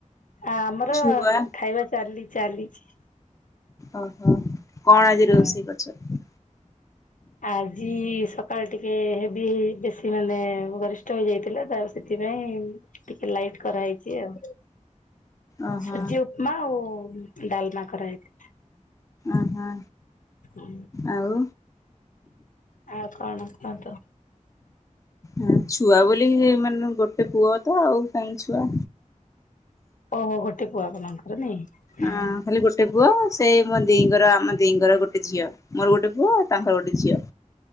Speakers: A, on the left (about 85°); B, on the left (about 25°).
A: ଆମର
B: ଛୁଆ
A: ଖାଇବା ଚାଲି ଚାଲିଚି।
B: ଓହୋ କଣ ଆଜି
A: ହଁ
B: ରୋଷେଇ କରିଛନ୍ତି?
A: ଆଜି ସକାଳେ ଟିକେ ହେବି ବେଶୀ ମାନେ ଗରି ଷ୍ଟ ହେଇଯାଇଥିଲା ଯାଉ ସେଥିପାଇଁ ଟିକେ ଲାଇଟ୍ କରାହେଇଛି ଆଉ
B: ଓହୋ
A: ସୁଜିଉପ ପମା ଆଉ ଡ଼ାଲମା କରା ହେଇଥି
B: ଓହୋ।
A: ହୁଁ।
B: ଆଉ।
A: ଆଉ କଣ କୁହନ୍ତୁ।
B: ହଁ ଛୁଆ ବୋଲି ହେଇମାନେ ଗୋଟେ ପୁଅତ ଆଉ କାଇଁ ଛୁଆ।
A: ଓହୋ ଗୋଟେ ପୁଅ ଆପଣନଙ୍କର ନାଇଁ। ହଁ।
B: ଅ ଖାଲି ଗୋଟେ ପୁଅ ସେଇ ମୋ ଦେଇଁଙ୍କର ଆମ ଦେଇଁଙ୍କର ଗୋଟେ ଝିଅ ମୋର ଗୋଟେ ପୁଅ ତାଙ୍କର ଗୋଟେ ଝିଅ।